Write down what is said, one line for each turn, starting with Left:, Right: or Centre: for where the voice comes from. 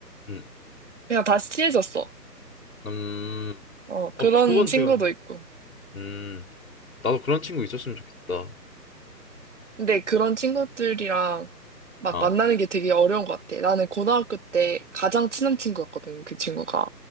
Left: 음,
Right: 그냥 다시 친해졌어.
Left: 음,
Right: 어, 그런
Left: 어, 그건
Right: 친구도
Left: 되게,
Right: 있고.
Left: 음, 나도 그런 친구 있었으면 좋겠다.
Right: 근데 그런 친구들이랑 막
Left: 어,
Right: 만나는 게 되게 어려운 것 같아. 나는 고등학교 때 가장 친한 친구였거든, 그 친구가.